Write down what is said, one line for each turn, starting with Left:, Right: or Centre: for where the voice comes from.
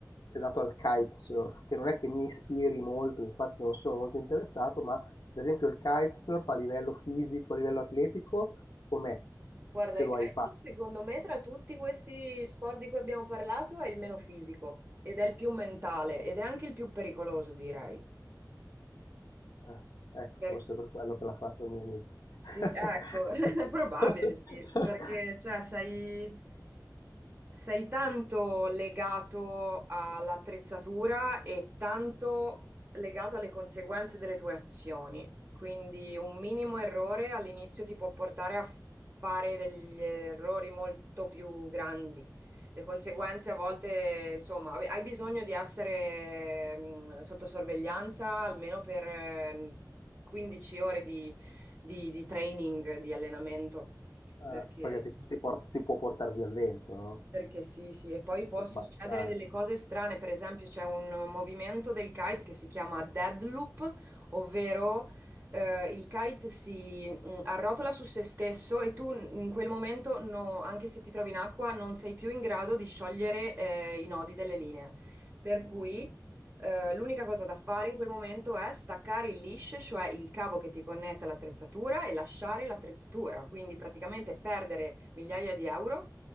Left: si è dato al kitesurf, che non è che mi ispiri molto, infatti non sono molto interessato, ma per esempio il kitesurf a livello fisico, a livello atletico, com'è?
Right: Guarda,
Left: Se
Right: il
Left: lo
Right: calcio
Left: hai fatto.
Right: secondo me tra tutti questi sport di cui abbiamo parlato è il meno fisico ed è il più mentale ed è anche il più pericoloso, direi.
Left: Eh, ecco,
Right: Per-
Left: forse per quello che l'ha fatto il mio amico.
Right: sì,
Left: <laughs>
Right: ecco, <laughs> è probabile, sì, perché cioè, sei Sei tanto legato all'attrezzatura e tanto legato alle conseguenze delle tue azioni. Quindi un minimo errore all'inizio ti può portare a fare degli errori molto più grandi. Le conseguenze a volte, insomma, vabbè, hai bisogno di essere mh, sotto sorveglianza almeno per eh, 15 ore di, di di training, di allenamento,
Left: Eh,
Right: perché...
Left: perché ti, ti por- ti può portare via il vento, no?
Right: Perché sì, sì, e poi può
Left: Può
Right: succedere
Left: sbalzare.
Right: delle cose strane, per esempio c'è un movimento del kite che si chiama deadloop, ovvero eh, il kite si mm, arrotola su se stesso e tu n- in quel momento, no- anche se ti trovi in acqua, non sei più in grado di sciogliere eh, i nodi delle linee. Per cui eh, l'unica cosa da fare in quel momento è staccare il leash, cioè il cavo che ti connette all'attrezzatura e lasciare l'attrezzatura, quindi praticamente perdere migliaia di euro